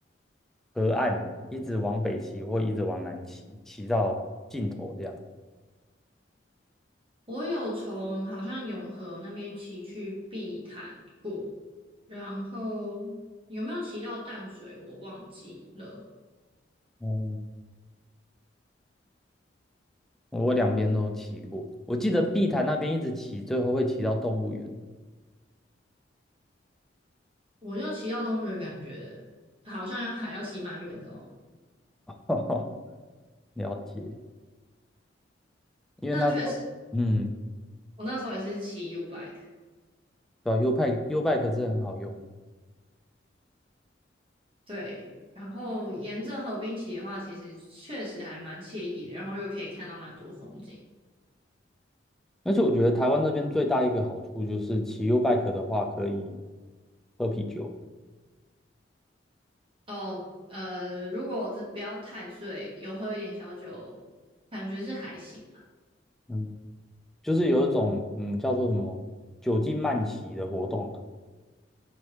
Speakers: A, in the centre; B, on the right (about 30°).
A: 河岸一直往北骑，或一直往南骑，骑到尽头这样？
B: 我有从好像永和那边骑去碧潭过，然后有没有骑到淡水我忘记了。
A: 哦，我两边都骑过。我记得碧潭那边一直骑，最后会骑到动物园。
B: 我要骑到动物园，感觉好像要还要骑蛮远的哦。
A: <laughs> 了解，因为那时候，
B: 但确实，
A: 嗯，
B: 我那时候也是骑 U bike，
A: 对啊，U bike U bike 是很好用。
B: 对。然后沿着河滨骑的话，其实确实还蛮惬意的，然后又可以看到蛮多风景。
A: 而且我觉得台湾这边最大一个好处就是骑 U bike 的话可以喝啤酒，
B: 哦，呃，如果这不要太醉，有喝一点小酒，感觉是还行啊。
A: 嗯，就是有一种嗯叫做什么酒精慢骑的活动啊。